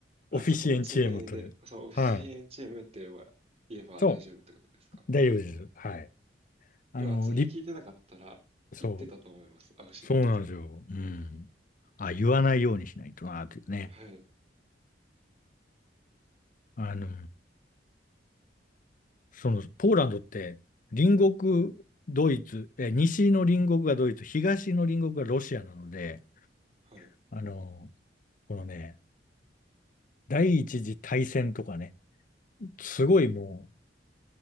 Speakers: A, on the right; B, on the left.
A: あそこの地名で、
B: オフィシエンチエムという。
A: そう、オフィシエンチームって言えば、
B: はい。
A: 言えば大丈夫ってことですか
B: そう、大丈夫です。はい。あの、
A: うわ、それ聞いてなかったら、
B: り、そ
A: 言ってたと思います、アウシュビッツ。
B: う、そうなんですよ。うん。あ、言わないようにしないとな、というね。
A: はい、
B: あの、その、ポーランドって、隣国、
A: はい、
B: ドイツ、え、西の隣国がドイツ、東の隣国がロシアなので、
A: はい。
B: あの、このね、第一次大戦とかね、すごいも